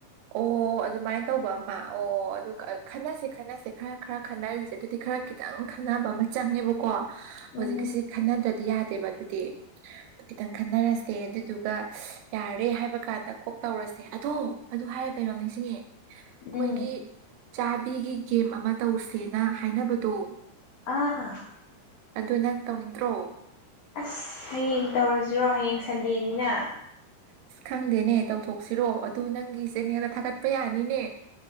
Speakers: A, on the right; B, on the left.
A: ꯑꯣ ꯑꯗꯨꯃꯥꯏꯅ ꯇꯧꯕ ꯑꯃ ꯑꯣ ꯑꯗꯨ ꯈꯟꯅꯁꯤ ꯈꯟꯅꯁꯤ ꯈꯔ ꯈꯔ ꯈꯟꯅꯔꯤꯁꯦ ꯑꯗꯨꯗꯤ ꯈꯔ ꯈꯤꯇꯪ ꯈꯟꯅꯕ ꯑꯃ ꯆꯪꯉꯦꯕꯀꯣ
B: ꯎꯝ
A: ꯍꯧꯖꯤꯛꯀꯤꯁꯤ ꯈꯟꯅꯗ꯭ꯔꯗꯤ ꯌꯥꯗꯦꯕ ꯑꯗꯨꯗꯤ ꯑꯗꯨ ꯈꯤꯇꯪ ꯈꯟꯅꯔꯁꯦ ꯑꯗꯨꯗꯨꯒ ꯌꯥꯔꯦ ꯍꯥꯏꯕꯀꯥꯟꯗ ꯀꯣꯛ ꯇꯧꯔꯁꯦ ꯑꯗꯣ ꯍꯥꯏꯔꯦ ꯀꯩꯅꯣꯝ ꯅꯤꯡꯁꯤꯡꯉꯦ ꯑꯩꯈꯣꯏꯒꯤ
B: ꯎꯝ
A: ꯆꯥꯕꯤꯒꯤ ꯒꯦꯝ ꯑꯃ ꯇꯧꯁꯦ ꯁꯦꯅ ꯍꯥꯏꯅꯕꯗꯣ
B: ꯑꯥ
A: ꯑꯗꯨ ꯅꯪ ꯇꯧꯅꯤꯡꯗ꯭ꯔꯣ
B: ꯑꯁ ꯍꯌꯦꯡ ꯇꯧꯔꯁꯤꯔꯣ ꯍꯌꯦꯡ ꯁꯟꯗꯦꯅꯤꯅ
A: ꯑꯁ ꯈꯪꯗꯦꯅꯦ ꯇꯧꯊꯣꯛꯁꯤꯔꯣ ꯑꯗꯨ ꯅꯪꯒꯤ ꯆꯦꯅꯦꯜꯗ ꯊꯥꯒꯠꯄ ꯌꯥꯅꯤꯅꯦ